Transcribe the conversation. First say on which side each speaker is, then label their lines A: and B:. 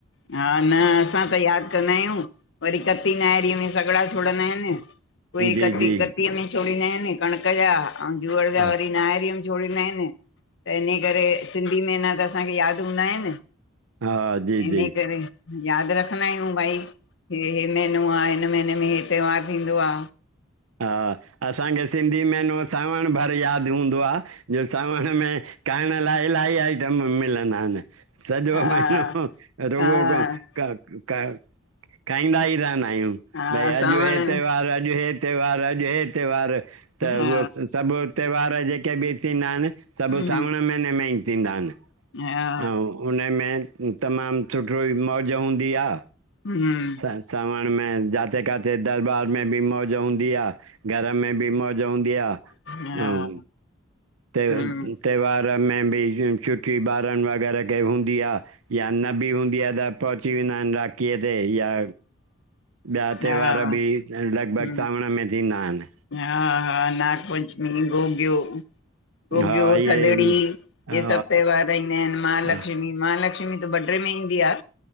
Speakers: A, on the left; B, on the right.
A: हा न असां त यादि कंदा आहियूं, वरी कती नाहरी में सॻिड़ा छोड़ींदा आहिनि। कोई
B: जी
A: कती
B: जी
A: कतीअ में छोड़ींदा आहिनि कणिक जा, अऊं जूअर जा
B: हा
A: वरी नाहरी में जोड़ींदा आहिनि, त इन्ही करे सिंधी में न त असांखे यादि हूंदा आहिनि।
B: हा जी
A: इन
B: जी,
A: करे यादि रखंदा आहियूं भई, हे हे महीनो आहे हिन महीने में त्योहारु थींदो आ।
B: हा, असांखे सिंधी महिनो सावण भर यादि हूंदो आहे, जो सावण में खाइण लाइ इलाही आइटम मिलंदा आहिनि। सॼो
A: हा
B: महिनो रुॻो
A: हा
B: क क खाईंदा ई रहंदा आहियूं।
A: हा
B: भई अॼु
A: सावण
B: हे त्योहारु अॼु हे त्योहारु अॼु हे त्योहारु। त
A: हा
B: उहे सभु त्योहार जेके बि थींदा आहिनि, सभु
A: हम्म
B: सावण महीने में ई थींदा आहिनि।
A: हा
B: अऊं हुन में तमामु सुठो ही मौज हूंदी आ।
A: हूं।
B: त सावण में जाथे काथे दरबार में बि मौज हूंदी आ। घर में बि मौज हूंदी आ,
A: हा
B: अऊं त्योहार
A: हम्म
B: में बि छुट्टी ॿारनि वग़ैरह खे हूंदी आ। या न बि हूंदी आ त पहुची वेंदा आहिन, राखीअ ते या
A: <inaudible>
B: ॿिया
A: हा
B: त्योहार बि लगभग
A: हम्म
B: सावण में थींदा आहिन।
A: हा हा नागपंचमी गोग्यो। गोुगियो,
B: हा इहे
A: थधड़ी इहे
B: हा
A: सभु त्योहार ईंदा आहिनि महालक्ष्मी
B: हा
A: महालक्ष्मी त बड्रे में ईंदी आ।